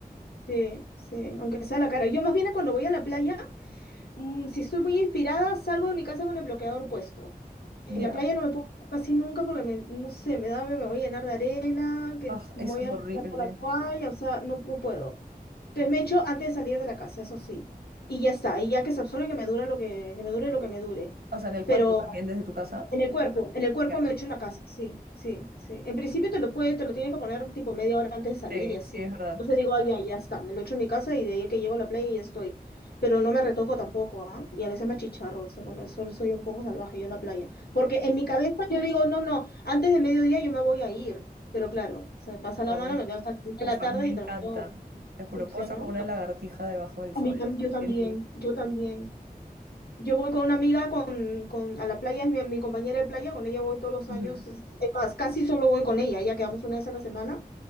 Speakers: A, on the left (about 80°); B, on the right (about 80°).
A: Sí, sí, aunque sea la cara. Yo más bien cuando voy a la playa, mm, si estoy muy inspirada, salgo de mi casa con el bloqueador puesto. En
B: Ya.
A: la playa no me pongo casi nunca porque me, no sé, me da, me voy a llenar de arena, que
B: Ah,
A: me
B: eso
A: voy
B: es
A: a
B: horrible.
A: meter por la toalla, o sea, no, no puedo. Entonces me echo antes de salir de la casa, eso sí. Y ya está, y ya que se absorbe, que me dura lo que, que me dure lo que me dure.
B: O sea, en el
A: pero
B: cuerpo también, desde tu casa.
A: en el cuerpo, en el cuerpo
B: Ya.
A: me echo en la casa, sí, sí, sí. En principio te lo puede, te lo tienes que poner tipo media hora antes de salir
B: Sí,
A: y así.
B: sí, es verdad.
A: Entonces digo, ay, ya, ya está, me lo echo en mi casa y de ahí que llego a la playa y ya estoy. Pero no me retoco tampoco, ¿ah? Y a veces me achicharro, o sea, con el sol soy un poco salvaje yo en la playa. Porque en mi cabeza yo digo, no, no, antes de mediodía yo me voy a ir. Pero claro, se me pasa la
B: No,
A: mano,
B: es
A: me quedo hasta las 10
B: Uf,
A: de la tarde
B: a mí me
A: y
B: encanta.
A: termino
B: Te juro,
A: sucia,
B: puedo estar
A: ¿no?
B: como una lagartija debajo del sol.
A: A mí tam-
B: y soy
A: yo también,
B: Feliz.
A: yo también. Yo voy con una amiga con, con- a la playa, es mi, mi compañera de playa, con ella voy todos los
B: Ujú.
A: años, es es más, casi solo voy con ella, ya quedamos una vez a la semana,